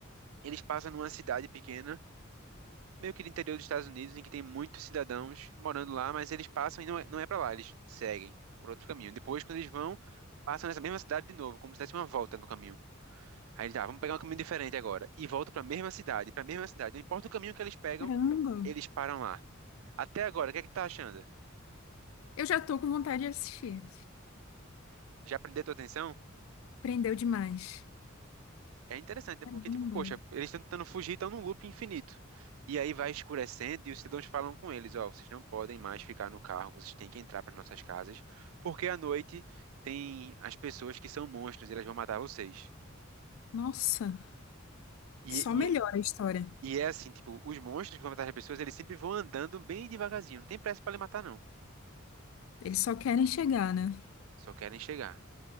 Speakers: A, on the right; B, on the left.
A: eles passam numa cidade pequena, meio que do interior dos Estados Unidos, em que tem muitos cidadãos morando lá, mas eles passam e não é, não é para lá, eles seguem por outro caminho. Depois, quando eles vão, passam nessa mesma cidade de novo, como se desse uma volta no caminho. Aí ele, tá, vamos pegar um caminho diferente agora. E volta pra mesma cidade, pra mesma cidade. Não importa o caminho que eles pegam,
B: Caramba.
A: eles param lá. Até agora, o que é que tá achando?
B: Eu já tô com vontade de assistir.
A: Já prendeu tua atenção?
B: Prendeu demais.
A: É interessante, né?
B: Caramba.
A: Porque, tipo, poxa, eles estão tentando fugir, estão num loop infinito. E aí vai escurecendo e os cidadãos falam com eles, ó, vocês não podem mais ficar no carro, vocês têm que entrar para nossas casas, porque à noite tem as pessoas que são monstros e elas vão matar vocês.
B: Nossa.
A: E,
B: Só melhora
A: e,
B: a história.
A: e é assim, tipo, os monstros que vão matar as pessoas, eles sempre vão andando bem devagarzinho, não tem pressa para lhe matar, não.
B: Eles só querem chegar, né?
A: Só querem chegar.